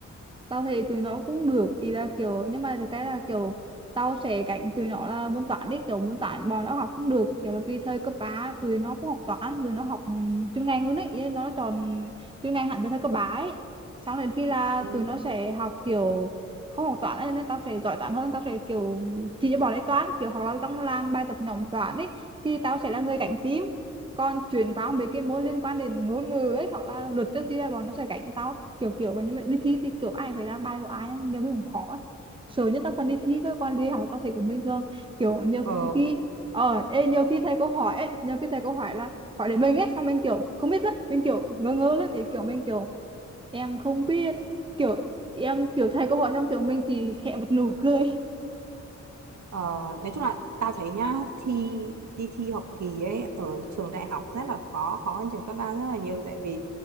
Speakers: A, on the right; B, on the right.
A: tao thấy tụi nó cũng được ý là kiểu nhưng mà cái là kiểu tao sẽ cạnh tụi nó là môn toán đi kiểu môn toán bọn nó học không được kiểu là vì thời cấp 3 tụi nó không học toán tụi nó học ừ, chuyên ngành luôn ấy ý là nó chọn chuyên ngành hẳn từ thời cấp 3 ấy xong đến khi là
B: Ừ.
A: tụi nó sẽ học kiểu không học toán ấy, nên tao sẽ giỏi toán hơn tao sẽ kiểu chỉ cho bọn ấy toán kiểu hoặc là trong làm bài tập nhóm toán ấy thì tao sẽ là người cạnh tím còn chuyển qua mấy cái môn liên quan đến ngôn ngữ ấy hoặc là luật chứ bọn nó sẽ cạnh tao kiểu kiểu vậy nhưng mà đi thi thì kiểu ai phải ra bài của ai nhiều khi cũng khó ấy. sợ nhất là phần đi thi thôi còn đi học là tao thấy cũng bình thường kiểu nhiều
B: Ừ.
A: khi ờ ê, nhiều khi thầy cô hỏi ấy nhiều khi thầy cô hỏi là hỏi để mình ấy xong mình kiểu không biết lắm mình kiểu ngơ ngơ lắm ý kiểu mình kiểu em không biết kiểu em kiểu thầy cô hỏi xong kiểu mình chỉ hẹ một nụ cười
B: Ờ, nói chung là tao thấy nhá thi đi thi học kỳ ấy ở trường đại học rất là khó khó hơn trường cấp ba rất là nhiều tại vì